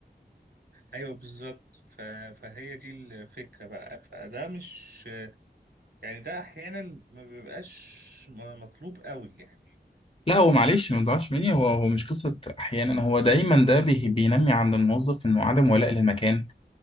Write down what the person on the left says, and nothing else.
لا هو معلش ما تزعلش مني هو هو مش قصة احيانا هو دايما ده بي... بينمي عند الموظف انه عدم ولاء للمكان